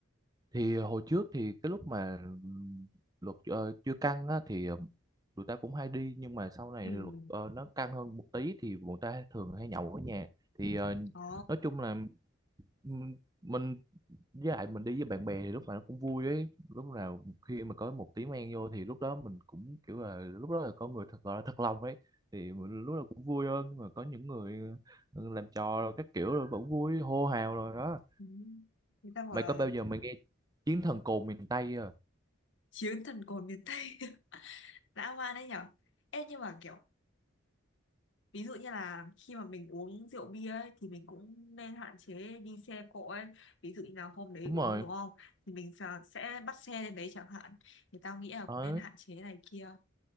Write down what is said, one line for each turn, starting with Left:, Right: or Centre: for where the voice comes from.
Right: thì ờ, hồi trước thì cái lúc mà ừm, luật ờ, chưa căng á, thì ờ, tụi ta cũng hay đi nhưng mà sau này
Left: ừ
Right: thì luật ờ, nó căng hơn một tí thì bọn ta thường hay nhậu ở nhà thì ờ,
Left: ờ
Right: nói chung là ừm, mình với lại mình đi với bạn bè thì lúc nào nó cũng vui ấy lúc nào khi mà có một tí men vô thì lúc đó mình cũng kiểu là lúc đó là có người thật gọi là thật lòng ấy thì mình lúc nào cũng vui hơn Nhưng mà có những người ừ, làm trò rồi các kiểu rồi vẫn vui hô hào rồi đó
Left: ừ. người ta bảo
Right: mày
Left: là
Right: có bao giờ mày nghe chiến thần cồn miền Tây
Left: chiến thần cồn miền Tây <laughs> dã man đấy nhở Ê nhưng mà kiểu ví dụ như là khi mà mình uống rượu bia ấy, thì mình cũng nên hạn chế đi xe cộ ấy ví dụ như là hôm đấy
Right: đúng
Left: uống
Right: rồi
Left: đúng không thì mình sẽ, sẽ bắt xe lên đấy chẳng hạn thì tao nghĩ là cũng
Right: ở
Left: nên hạn chế này kia